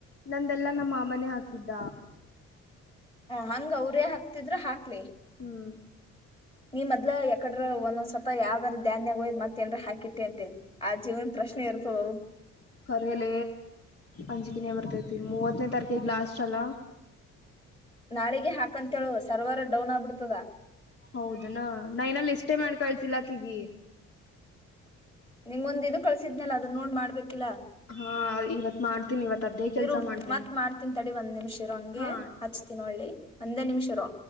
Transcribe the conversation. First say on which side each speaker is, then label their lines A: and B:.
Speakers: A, on the left (about 50°); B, on the left (about 20°).
A: ನಂದೆಲ್ಲಾ ನಮ್ಮ ಮಾಮನೆ ಹಾಕಿದ್ದ
B: ಹ ಹಂಗ ಅವ್ರೇ ಹಾಕ್ತಿದ್ರ ಹಾಕ್ಲಿ
A: ಹ್ಮ್
B: ನೀ ಮದ್ ಯಕಡ್ರರು ಒಂದೊಂದ್ಸವತ ಯಾವ್ದಾದಾರ ಧಾನ್ಯಾಗ ಹೋಯ್ ಮತ್ತೇಏನ್ರ ಹಾಕಿಟ್ಟಿ ಅಂತೇಿ ಆ ಜೀವನ್ ಪ್ರಶ್ನೆ ಇರ್ತದ
A: ಕರಲ ಅಂಜಕಿನೇ ಬರ್ತದೆ ಮೂವತ್ತನೇ ತಾರಕ ಲಾಸ್ಟ್ ಅಲ್ಲ
B: ನಾಳಿಗೆ ಹಾಕಂತೇಳು ಸರ್ವರ್ ಡೌನ್ ಆಗ್ಬಿಡ್ತದ
A: ಹೌದನಾ ನಾನಲ್ಲಿ ಇಷ್ಟೇ ಮಾಡ್ ಕಳ್ ಇ ಕಗ
B: ನಿಮ್ೊಂದ್ ಇದು ಕಳ್ಸಿದ್ನಲ್ಲ ಅದನ್ನ ನೋಡ್ ಮಾಡ್ಬೇಕು
A: ಹಾ ಇವತ್ ಮಾಡ್ತೀನಿ ಇವತ್ ಅದೇ ಕೆಲ್ಸ
B: ಇರು
A: ಮಾಡ್ತೀನಿ
B: ಮತ್ ಮಾಡ್ತನ್ ತಡಿ ಒಂದ್ ನಿಮಿಷ ಇರೋ ಹಂಗೆ
A: ಹಾ
B: ಹಚ್ತೀನ
A: ಸರಿ
B: ಒಳ್ಳಿ ಒಂದೇ ನಿಮಿಷ ರಾ